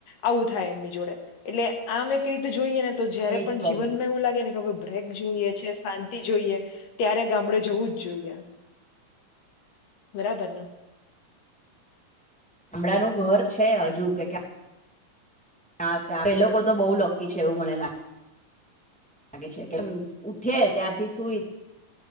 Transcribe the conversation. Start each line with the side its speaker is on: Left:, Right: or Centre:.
Left: આવું થાય એમની જોડે એટલે આમ એક રીતે જોઈએને. તો જય
Centre: એ જ
Left: પણ
Centre: પ્રોબ્લેમ
Left: જીવનમાં એવું લાગે ને કે હવે બ્રેક જોયઈએ છે. શાંતિ જોઈએ ત્યારે ગામડે જવું જ જોઈએ. બરાબર.
Centre: હમણાંનું ઘર છે હજુ કે. હા ત્યાં લોકો તો બઉુ લક્કી છે એવું મને લાગે. લાગે છે કેમ ઉઠે ત્યારથી સુઈ.